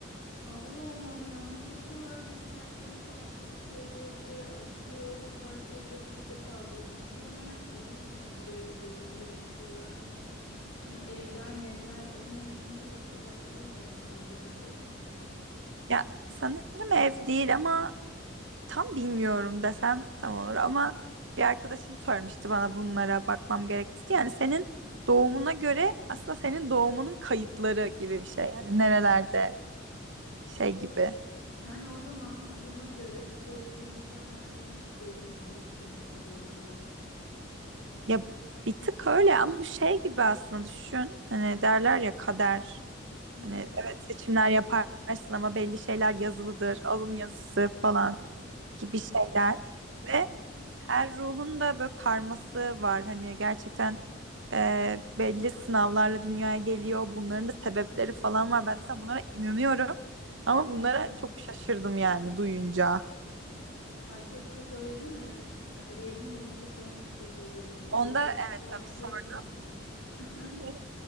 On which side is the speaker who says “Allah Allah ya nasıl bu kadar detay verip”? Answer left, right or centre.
Left